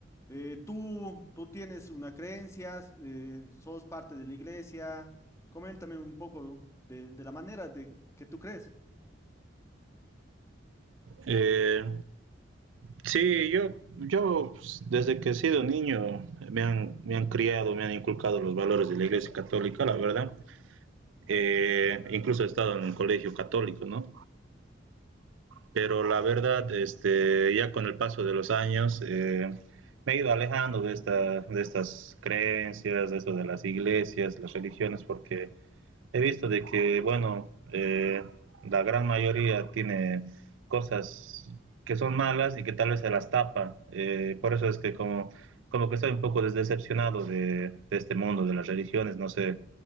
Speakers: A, on the left; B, on the right.
A: Eh, tú, tú tienes una creencia, eh, sos parte de la iglesia. Coméntame un poco de, de la manera de que tú crees.
B: Eh, Sí, yo, yo pues, desde que he sido niño me han, me han criado, me han inculcado los valores de la Iglesia Católica, la verdad. Eh, incluso he estado en un colegio católico, ¿no? Pero la verdad, este, ya con el paso de los años eh, me he ido alejando de, esta, de estas creencias, de eso de las iglesias, las religiones, porque He visto de que, bueno, eh, la gran mayoría tiene cosas que son malas y que tal vez se las tapa. Eh, por eso es que como, como que estoy un poco decepcionado de, de este mundo de las religiones. No sé,